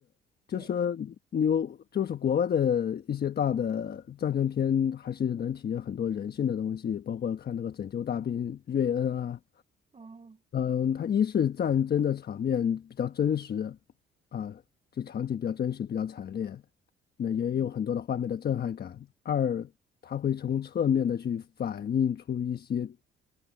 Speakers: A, on the right; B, on the left.
A: 对，
B: 就是你有，就是国外的一些大的战争片，还是能体现很多人性的东西，包括看那个《拯救大兵瑞恩》啊，
A: 嗯
B: 嗯，它一是战争的场面比较真实啊，这场景比较真实，比较惨烈，那也有很多的画面的震撼感。
A: 嗯，
B: 二，它会从侧面的去反映出一些